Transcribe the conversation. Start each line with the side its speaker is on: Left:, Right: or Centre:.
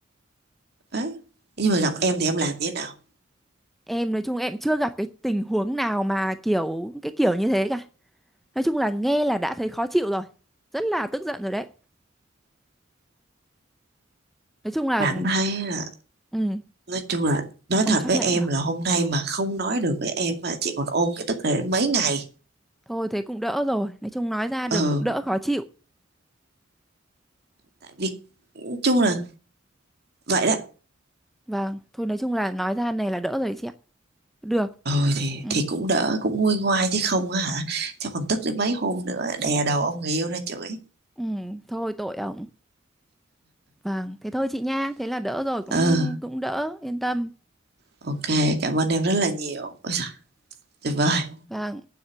Right: đấy nhưng mà gặp em thì em làm như thế nào
Centre: Em nói chung em chưa gặp cái tình huống nào mà kiểu cái kiểu như thế cả. Nói chung là nghe là đã thấy khó chịu rồi. Rất là tức giận rồi đấy. Nói chung là
Right: cảm thấy là
Centre: ừ,
Right: nói chung là nói
Centre: không
Right: thật
Centre: chấp
Right: với
Centre: nhận
Right: em
Centre: được.
Right: là hôm nay mà không nói được với em mà chị còn ôm cái tức này đến mấy ngày
Centre: Thôi thế cũng đỡ rồi. Nói chung nói ra
Right: ờ
Centre: được cũng đỡ khó chịu.
Right: tại vì nói chung là vậy đó
Centre: Vâng, thôi nói chung là nói ra này là đỡ rồi chị ạ. Được.
Right: ờ thì
Centre: Ừ,
Right: thì cũng đỡ cũng nguôi ngoai chứ không á hả chắc còn tức đến mấy hôm nữa đè đầu ông người yêu ra chửi
Centre: ừ, thôi tội ổng. Vâng, thế thôi chị nha. Thế là đỡ rồi cũng
Right: ờ
Centre: cũng đỡ, yên tâm.
Right: ok cảm ơn em rất là nhiều Ôi trời, tuyệt vời
Centre: Vâng.